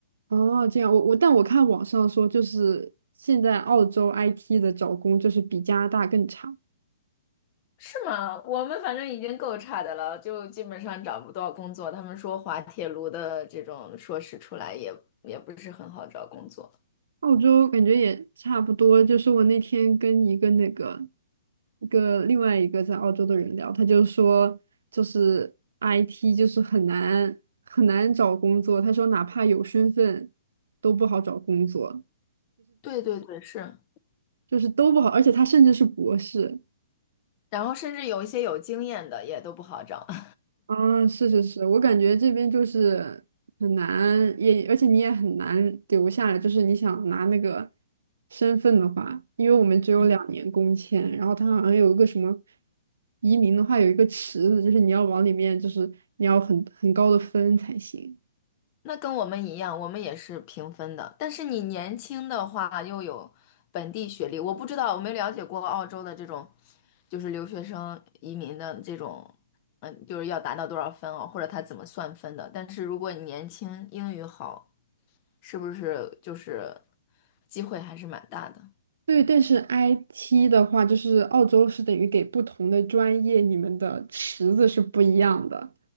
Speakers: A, on the right (about 75°); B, on the left (about 30°).
A: 哦这样，我我但我看网上说就是现在澳洲 IT 的找工就是比加拿大更差，
B: 是吗？我们反正已经够差的了，就基本上找不到工作。他们说滑铁卢的这种硕士出来也也不是很好找工作。
A: 澳洲感觉也差不多，就是我那天跟一个那个一个另外一个在澳洲的人聊，他就说就是 IT 就是很难很难找工作，他说哪怕有身份都不好找工作，
B: 对对对，是。
A: 就是都不好，而且他甚至是博士。
B: 然后甚至有一些有经验的也都不好找。<laughs>
A: 啊，是是是，我感觉这边就是很难，也而且你也很难留下来。就是你想拿那个身份的话，因为我们只有两年工签，
B: 嗯
A: 然后它好像有一个什么移民的话，有一个池子，就是你要往里面，就是你要很很高的分才行。
B: 那跟我们一样，我们也是平分的。但是你年轻的话又有本地学历，我不知道，我没了解过澳洲的这种，就是留学生移民的这种，嗯，就是要达到多少分哦，或者他怎么算分的。但是如果你年轻，英语好。是不是就是机会还是蛮大的？
A: 对，但是 IT 的话，就是澳洲是等于给不同的专业，你们的池子是不一样的。